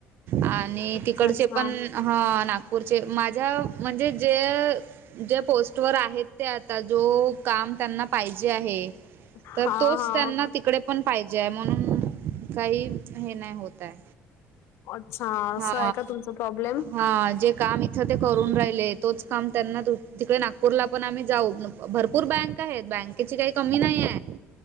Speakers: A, on the right; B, on the left.
A: आणि ने
B: अच्छा,
A: तिकडचे
B: अच्छा.
A: पण हा, नागपूरचे माझ म्हणजे जे जे पोस्ट तोवर आहेत. ते आता जो काम त्यांना पाहिजे आहे.
B: हां,
A: तर तोच
B: हां.
A: त्यांना तिकडे पण पाहिजे आहे, म्हणून काही हे नाही होत आहे.
B: अच्छा असं
A: हा
B: आहे का तुमचा प्रॉब्लेम?
A: हा, जे काम इथं ते करून राहिले, तोच काम त्यांना दु तिकडे नागपूरला पण आम्ही जाऊ भरपूर बँक इथ आहेत. बँकेची काही कमी नाही ये.